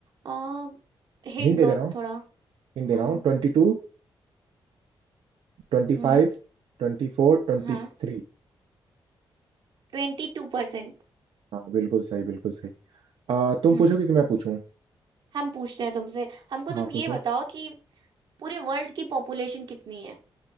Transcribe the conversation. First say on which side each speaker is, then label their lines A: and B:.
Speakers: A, on the right; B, on the right.
A: आ, हिंट
B: हिंट दे
A: दो
B: दे रहा हूँ
A: थोड़ा
B: हिंट दे
A: हाँ
B: रहा
A: हाँ
B: हूँ twenty two twenty
A: हम्म
B: five twenty four twenty
A: हाँ
B: three
A: ट्वेंटी टू परसेंट
B: हाँ बिल्कुल सही बिल्कुल सही अ, तुम
A: हम्म
B: पूछोगे कि मैं पूछूं
A: हम पूछते हैं तुमसे हमको
B: हाँ
A: तुम ये
B: पूछो
A: बताओ कि पूरे वर्ल्ड की पॉपुलेशन कितनी है